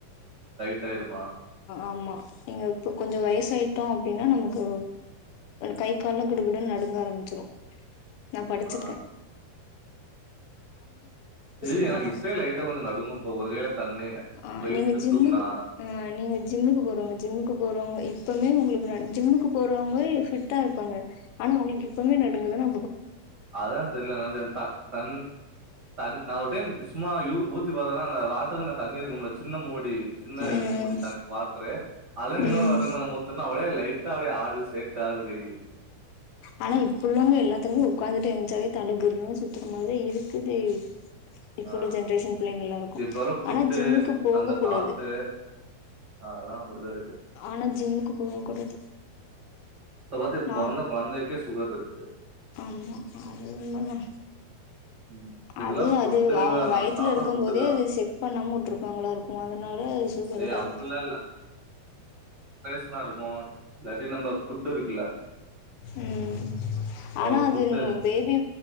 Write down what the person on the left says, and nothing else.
ஆமா நீங்க இப்ப கொஞ்சம் வயசாயிட்டா அப்பிடின்னா நமக்கு கை கால்ல கிடுக்கிடுன்னு நடுங்க ஆரம்பிச்சிடும் நா படிச்சிருக்கேன்
பண்ணலா
ஆ
நீங்க ஜிம்முக்கு
ஆ நீங்க ஜிம்முக்கு போறவுங்க ஜிம்முக்கு போறவுங்க எப்பவுமே உங்களுக்கு ஜிம்முக்கு போறவங்களா ஃபிட்டா இருப்பாங்க ஆனா உங்களுக்கு இப்பவுமே நடுங்குதுனா
ம்
ம்
ஆனா இப்பள்ளவுங்க எல்லாத்துக்குமே உட்காந்து எலுச்சாலே தழு கருன்னு சுத்துற மாரிதா இருக்குது இப்ப
உள்ள ஜென்ரேஷன் பிள்ளைங்க எல்லாருக்கும்
ஆனா ஜிம்முக்கு போக
கூடாது
ஆனா ஜிம்முக்கு போக கூடாது
நா
ஆமா அது உண்மதா
அது
அது
அவுங்க வயத்துல
இருக்கும்
போதே
அது செக் பண்ணாம விட்டருப்பாங்களோ இருக்கும் அதனால அது சுகர்
இதா
இருக்கு
ம் ஆனா
அது பேபி